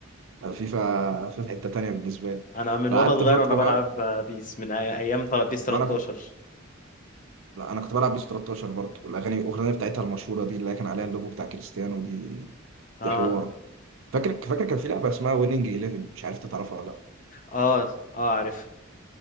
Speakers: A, on the right; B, on the left.
A: فيفا فيفا حته تانيه بالنسبه لي
B: انا من
A: فقعدت
B: وانا صغير
A: فتره
B: وانا بلعب
A: بقى
B: آه، بيس من أي- ايام طل- بيس 13
A: ما انا كنت لا انا كنت بلعب بيس 13 برضه والاغاني الاغنيه بتاعتها المشهوره دي اللي كان عليها اللوجو بتاع كريستيانو دي
B: اه
A: دي حوار فاكر فاكر كان في لعبه اسمها ويننج 11 مش عارف انت تعرفها ولا لا
B: اه اه عارف